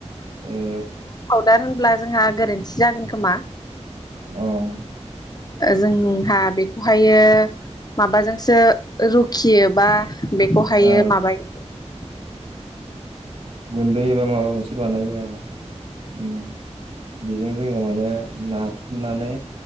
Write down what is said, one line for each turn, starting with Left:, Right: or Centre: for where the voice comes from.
Right: ओ
Left: दा होनब्ला जोंहा गोरोन्थि जागोन खोमा?
Right: औ
Left: जोंहा बेखौहायो माबाजोंसो रुखियोबा बेखौहायो
Right: ओ
Left: माबायो <inaudible>
Right: गुन्दैबो माबा मोनसे बानायो आरो उम बेजों जोङो नो <unintelligible> नाथुमनानै